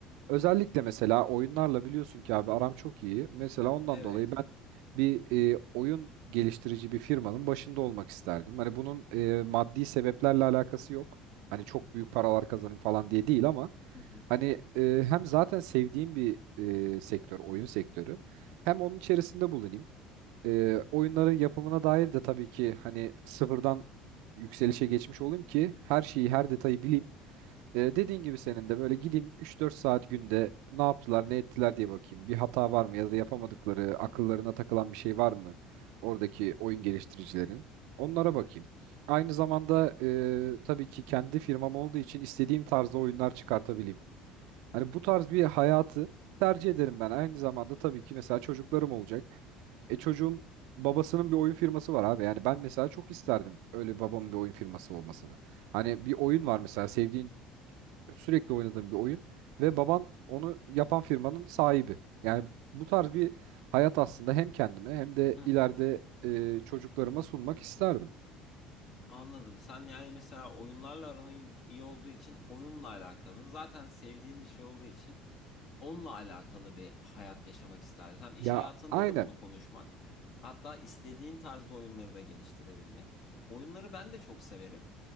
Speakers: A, on the right; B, on the left.
A: Özellikle mesela oyunlarla biliyorsun ki abi aram çok iyi. Mesela ondan
B: Evet.
A: dolayı ben bir e, oyun geliştirici bir firmanın başında olmak isterdim. Hani bunun e, maddi sebeplerle alakası yok. Hani çok büyük paralar kazanayım falan diye değil ama
B: Hı hı.
A: hani e, hem zaten sevdiğim bir e, sektör, oyun sektörü. Hem onun içerisinde bulunayım. E, oyunların yapımına dair de tabii ki hani sıfırdan yükselişe geçmiş olayım ki her şeyi, her detayı bileyim. E, dediğin gibi senin de böyle gideyim 3-4 saat günde ne yaptılar ne ettiler diye bakayım. Bir hata var mı ya da yapamadıkları akıllarına takılan bir şey var mı oradaki oyun geliştiricilerin? Onlara bakayım. Aynı zamanda e, tabii ki kendi firmam olduğu için istediğim tarzda oyunlar çıkartabileyim. Hani bu tarz bir hayatı tercih ederim ben. Aynı zamanda tabii ki mesela çocuklarım olacak. E çocuğum babasının bir oyun firması var abi. Yani ben mesela çok isterdim öyle babamın bir oyun firması olmasını. Hani bir oyun var mesela sevdiğin sürekli oynadığım bir oyun ve baban onu yapan firmanın sahibi. Yani bu tarz bir hayat aslında hem kendime hem de
B: Hı
A: ileride
B: hı.
A: e, çocuklarıma sunmak isterdim.
B: Anladım. Sen yani mesela oyunlarla aran iyi iyi olduğu için oyunla alakalı. Zaten sevdiğin bir şey olduğu için onunla alakalı bir hayat yaşamak isterdin. Hem iş
A: Ya
B: hayatında
A: aynen
B: da bunu konuşmak. Hatta istediğin tarzda oyunları da geliştirebilmek. Oyunları ben de çok severim